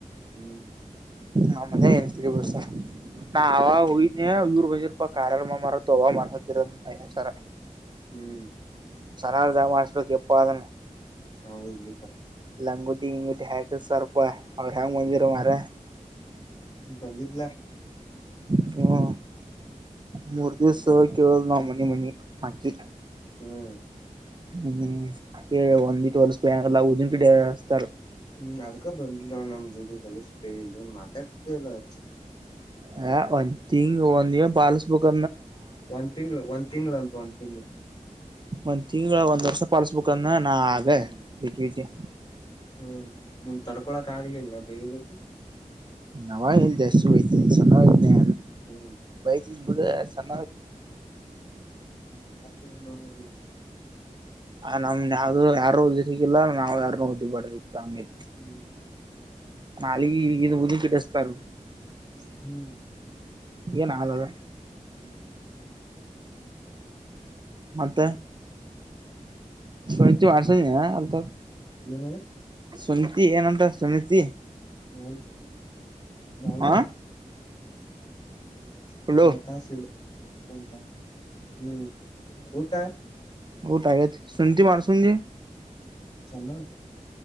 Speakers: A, on the left (about 30°); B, on the right (about 35°).
A: ಹ್ಮ್
B: ನಮ್ಮನ ಹೇಳ್ತೀರಿ ಬಹಸ ನಾ ಆವ ಹಯ ಯುರ್ವಜರ್ ಪ ಕಾರಾರ ಮಾರ ಹವ ಮಸರ ಸಾರ
A: ಹ್ಮ್
B: ಚೆನ್ನದ ಮಾಡಿಸಬೇಕು ಎಪ್ಪ ಅದನ್ನು
A: ಹೌದುಪಾ
B: ಲಂಗುಟ್ಟಿ ಹಿಂಗುಟ್ಟಿ ಹಾಕ್ತ ಸರ್ಪ ಅವ್ರ ಹೆಂಗ್ ಬಂದಿರ ಮರ
A: ಬಂದಿದ್ಲ
B: ಹ ಮೂರ್ತಿ ಸಹ
A: ಬಂದ್
B: ಕವ ನ ಮನೆ ಮನಿ ಮಾಕಿ
A: ಹ್ಮ್
B: ಹ್ಮ್ ಒಂದ ಒಲ್ಲದನ್ ಕಡೆತಾರೆ
A: ಹ್ಮ್ ಅದಕ ಬರ್ಲಿಲ್ಲ ನ್ ನಮ್ ಜೋಡಿ ಹೊಲಸ್ಬೇ ಏನ್ ಮಾತಾಡ್ತಿದ್ದೇಲ್ಲಚ್ಚ
B: ಹ ಒನ್ಗ್ ಒಂದ್ ಪಾಲಸ್ ಬುಕ್
A: ಒಂದ್ ತಿಂಗಳ ಒಂದ್ ತಿಂಗಳ ಅಂತ ಒಂದ್ ತಿಂಗ್ಳ
B: ಒಂದ್ ತಿಂಗಗಳ ಒಂದ್ ವರ್ಷ ಪಾಲಸ್ಬೇಕಕ್ಂದ ನಾ ಆಗ
A: ಹ್ಮ್
B: ಬಿತಿ ಬಿತಿ
A: ಹ್ಮ್ ನಿನ್ ತಡ್ಕೊಳಕ್ ಆಗ್ಲಿಲ್ಲ ಬೇದತಿ
B: ನಾವ ಇಲ್ ಜಾಸ್ತಿ ಹೋಗ್ ಚಯ್ತೆ
A: ಹ್ಮ್
B: ಚೀ ಬಳ್ಳ ಸ
A: ಹ್ಮ್ ಬ
B: ಆ ನಮ್ವವುದು ಯಾರು ಉದಿ ಸಿಗಿಲ್ಲ ನಾವ್ ಯಾರೂ ಉದ್ದಿ ಬರ್ದಿತ್ತು ಹಂಗಗೆ
A: ಹ್ಮ್
B: ನಲ್ಲಿಗ ಇದು ಉದಿಪಿಟ್ಟತಾರ
A: ಹ್ಮ್
B: ಏನ್ ಆಗದ
A: ಹ್ಮ್
B: ಮತ್ತೆ ಶಹತಿ ವರ್ಷ ಅತ
A: ಏನದ
B: ಸುನಿತಿ ಏನಂತ ಸುನತಿ
A: ಬಲ್ಕೋಟ್ ಬಲ್ಕೋಟ್
B: ಹ ಹಲೋ
A: ಅದ ತಾಸ ಉಟಾ ಹ್ಮ ಊಟ
B: ಊಟಾಗತಿ ಸಂತಿ ಮಾರ್ಸುಂಜಿ.
A: ಸಣ್ಣವ